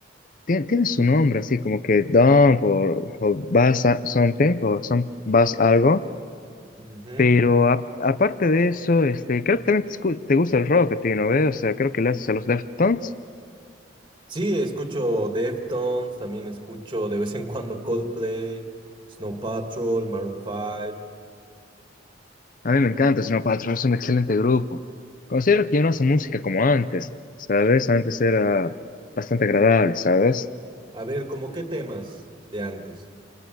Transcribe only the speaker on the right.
Ujú.
Sí, escucho Deftones, también escucho de vez en cuando Coldplay, Snow Patrol, Maroon 5.
A ver, ¿cómo qué temas de antes?